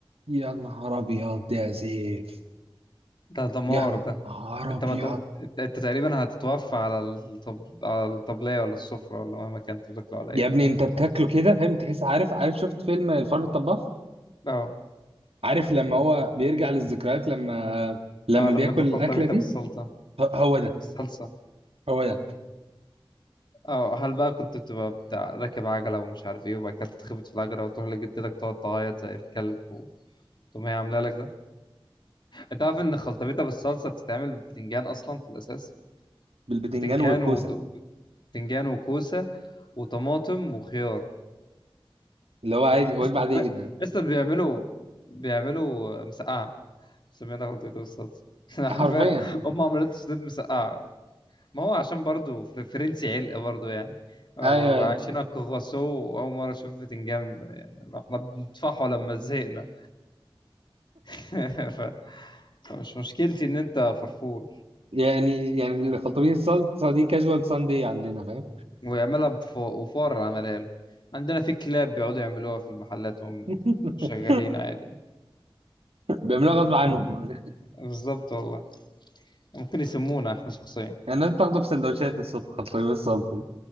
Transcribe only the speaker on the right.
يا نهار ابيض يا سيف
يا
نهار
ابيض
يا
ابني انت بتاكله كده فاهم تحس عارف عارف شفت فيلم الفار الطباخ
عارف لما هو بيرجع للذكريات لما لما
بياكل
الاكلة دي
ه- هو ده
هو ده
بالبتنجان
والكوسة
اللي هو عادي
وجبة عادية جدا
حرفيا
ايوه أيوة.
يعني يعني الخلطبيط الصلصه دي كاجوال ساندي عندنا فاهم
<laughs>
بيعملوها غصب عنهم
<laughs> يعني الناس بتاخده في سندوتشات الصبح خلطبيط الصلصه دي